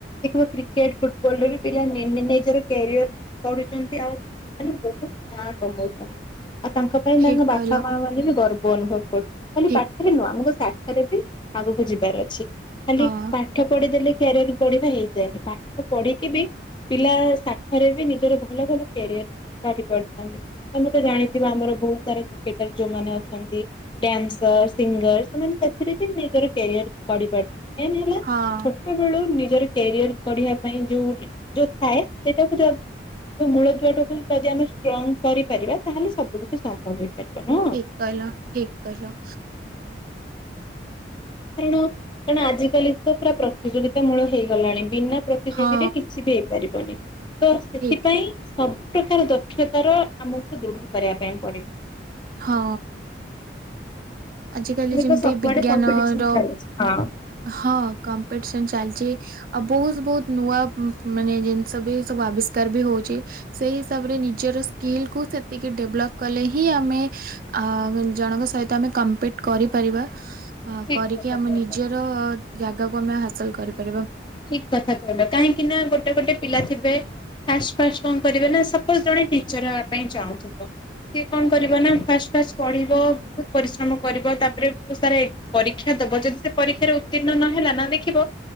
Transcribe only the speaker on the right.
ଠିକ
କହିଲ
ଠିକ
ହଁ
ହଁ।
ଠ କହିଲ ଠିକ କହିଲ।
ହଁ
ଠିକ
ହଁ। ଆଜିକାଲି ଯେମିତି
ବିଜ୍ଞାନର
ହଁ କମ୍ପିଟିସନ ଚାଲଚି ଆଉ ବହୁତ ବହୁତ ନୂଆ ମାନେ ଜିନିଷ ବି ସବୁ ଆବିଷ୍କାର ବି ହଉଚି। ସେଇ ହିସାବରେ ନିଜର ସ୍କିଲ କୁ ସେତିକି ଡେଭଲପ କଲେ ହିଁ ଆମେ ଆ ଜଣଙ୍କ ସହିତ ଆମେ କମ୍ ପିଟ୍ କରିପାରିବା
କରିକି
ଆମ
ନିଜର ଜାଗାକୁ ଆମେ ହାସଲ କରିପାରିବା।